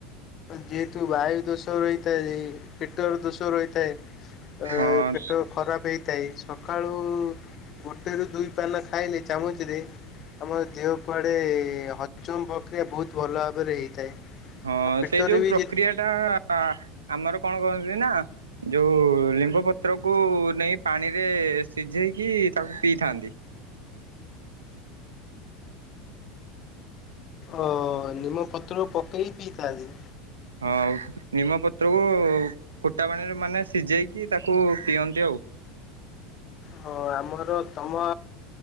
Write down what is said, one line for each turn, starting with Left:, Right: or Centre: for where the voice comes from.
Left: ଯେହେତୁ ବାୟୁ ଦୋଷ ରହିଥାଏ ପେଟର ଦୋଷ ରହିଥାଏ ଅ
Right: ହଁ
Left: ପେଟ ଖରାପେ ହେଇଥାଏ ସକାଳୁ ଗୋଟେ ରୁ ଦୁଇ ପାନେ ଖାଇଲି ଚାମୁଚରେ ଆମ ଦେହ କୁଆଡେ ହଜମ ପ୍ରକ୍ରିୟା ବହୁତ ଭଲ ଭାବରେ ହେଇଥାଏ।
Right: ହଁ
Left: ଆଉ ପେଟରେ
Right: ସେଇ ଯୋଉ
Left: ବି
Right: ପ୍ରକ୍ରିୟା
Left: ଯେ
Right: ଟା ଆମର କଣ କହନ୍ତି ନା ଯୋଉ ଲିମ୍ବ ପତ୍ରକୁ ନେଇ ପାଣିରେ ସିଝେଇକି ତାକୁ ପିଇଥାନ୍ତି।
Left: ଓ ନିମ ପତ୍ରକୁ ପକେଇ ପିଇଥାନ୍ତି।
Right: ହଁ ନିମପତ୍ରକୁ ଫୁଟା ପାଣିରେ ମାନେ ସିଝେଇକି ତାକୁ ପିଅନ୍ତି ଆଉ।
Left: ହଁ ଆମର ତମ